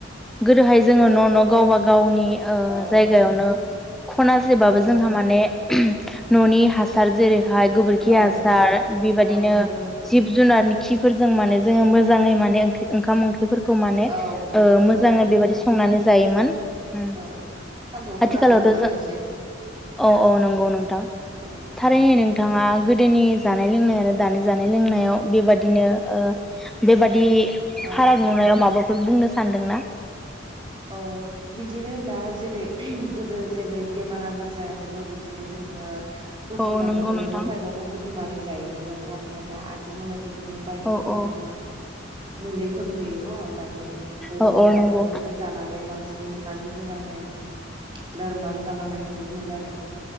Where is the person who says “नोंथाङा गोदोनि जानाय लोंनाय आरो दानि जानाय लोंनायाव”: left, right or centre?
Centre